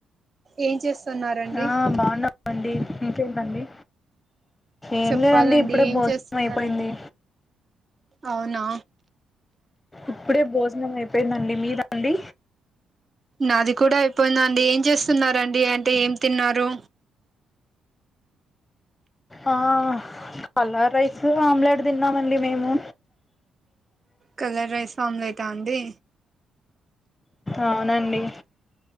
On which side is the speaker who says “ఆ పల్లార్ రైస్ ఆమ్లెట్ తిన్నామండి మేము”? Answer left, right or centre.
Left